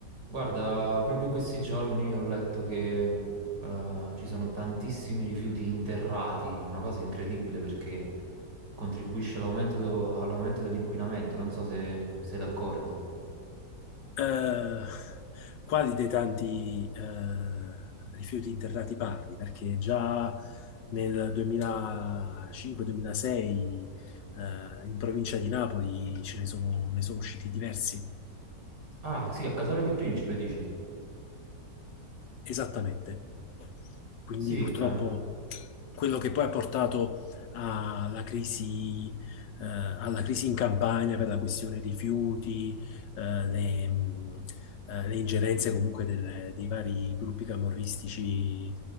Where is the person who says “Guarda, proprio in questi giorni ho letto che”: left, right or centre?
Right